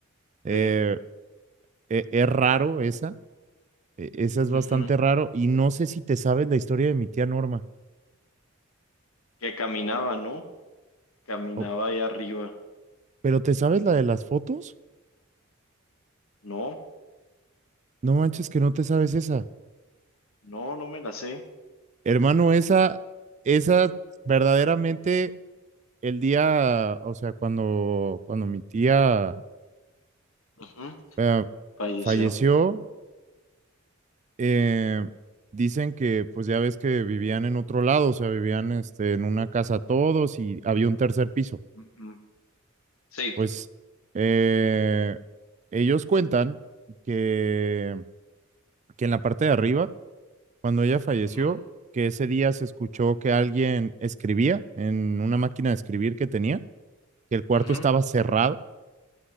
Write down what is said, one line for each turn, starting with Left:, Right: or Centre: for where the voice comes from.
Right: eh,
Left: sí,
Right: e- es raro esa, e- esa es
Left: ujú.
Right: bastante raro. Y no sé si te sabes la historia de mi tía Norma,
Left: Que caminaba, ¿no? Caminaba
Right: o-
Left: ahí arriba.
Right: pero ¿te sabes la de las fotos?
Left: No,
Right: No manches que no te sabes esa.
Left: no, no me la sé.
Right: Hermano, esa, esa verdaderamente el día, o sea, cuando, cuando mi tía
Left: Ujú,
Right: eh,
Left: Falleció.
Right: falleció, eh, dicen que pues ya ves que vivían en otro lado, o sea, vivían este, en una casa todos y había un tercer piso.
Left: Ujú, Sí.
Right: Pues eh, ellos cuentan que, que en la parte de arriba, cuando ella falleció,
Left: Ujú.
Right: que ese día se escuchó que alguien escribía en una máquina de escribir que tenía, que el cuarto
Left: Ujú,
Right: estaba cerrado